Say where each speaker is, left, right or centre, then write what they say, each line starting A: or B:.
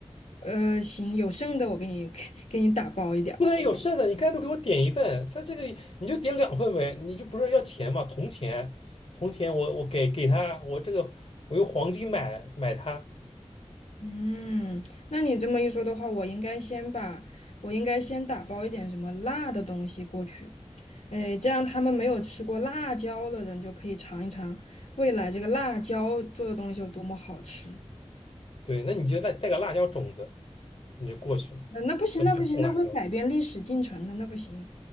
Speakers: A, on the left (about 85°); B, on the left (about 60°).
A: 呃，行，有剩的我给你 <laughs> 给你打包一点儿。
B: 不能有剩的，你干脆给我点一份，他这个你就点两份呗，你就不是要钱嘛，铜钱，铜钱我我给给他，我这个我用黄金买买它，
A: 嗯，那你这么一说的话，我应该先把我应该先打包一点什么辣的东西过去，哎，这样他们没有吃过辣椒的人就可以尝一尝未来这个辣椒做的东西有多么好吃。
B: 对，那你就带带个辣椒种子，你就过去，
A: 那那不行，
B: 整个种辣椒，
A: 那不行，那会改变历史进程的，那不行。